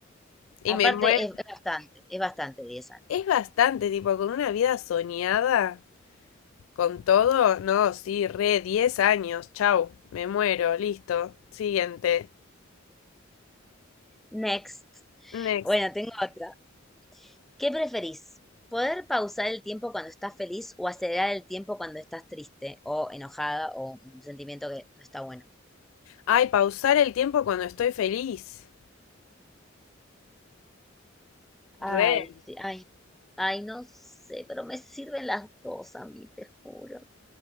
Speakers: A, on the left; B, in the centre.
A: Y
B: Aparte,
A: me muero.
B: es, es bastante, es bastante 10 años.
A: Es bastante, tipo, con una vida soñada, con todo. No, sí, re, 10 años. Chau, me muero, listo. Siguiente.
B: Next.
A: Next.
B: Bueno, tengo otra. ¿Qué preferís? ¿Poder pausar el tiempo cuando estás feliz o acelerar el tiempo cuando estás triste o enojada o un sentimiento que no está bueno?
A: Ay, pausar el tiempo cuando estoy feliz.
B: Ay,
A: Re.
B: sí, ay, ay, no sé, pero me sirven las dos a mí, te juro.